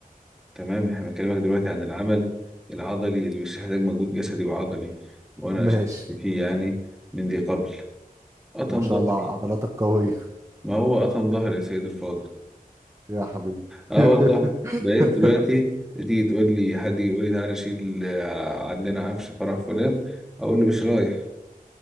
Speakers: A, in the centre; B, on the right.
A: تمام إحنا بكلمك دلوقتي عن العمل العضلي اللي بيحتاج مجهود جسدي وعضلي وأنا
B: ماشي
A: شاركت فيه يعني من ذي قبل قطم
B: ما شاء
A: ظهري
B: الله عضلاتك قوية
A: ما هو قطم ظهري يا سيد الفاضل
B: يا حبيبي
A: اه
B: <laughs>
A: والله بقيت دلوقتي تيجي تقول لي حد يجي يقول لي تعالى شيل آه، عندنا عفش فرح فلان اقول له مش رايح